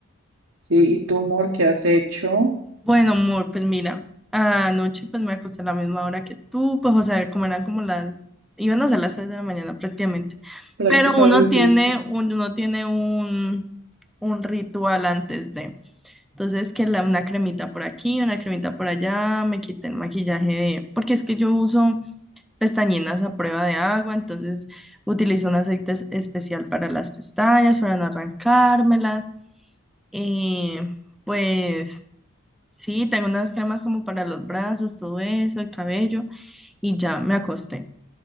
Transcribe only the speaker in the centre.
Bueno, amor, pues mira, anoche pues me acosté a la misma hora que tú, pues o sea, como eran como las, iban a ser las 3 de la mañana prácticamente,
pero uno tiene
un, uno tiene un, un ritual antes de, entonces que la, una cremita por aquí, una cremita por allá, me quité el maquillaje de, porque es que yo uso pestañinas a prueba de agua, entonces utilizo un aceite es- especial para las pestañas, para no arrancármelas, eh, pues... Sí, tengo unas cremas como para los brazos, todo eso, el cabello, y ya me acosté.